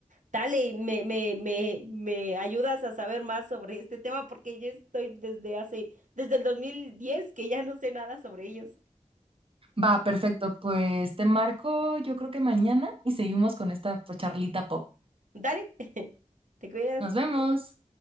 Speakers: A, on the right; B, on the right.
A: Dale, me, me, me, me ayudas a saber más sobre este tema porque yo estoy desde hace, desde el 2010 que ya no sé nada sobre ellos.
B: Va, perfecto. Pues te marco, yo creo que mañana y seguimos con esta pues, charlita pop.
A: Dale, <laughs> te cuidas.
B: Nos vemos.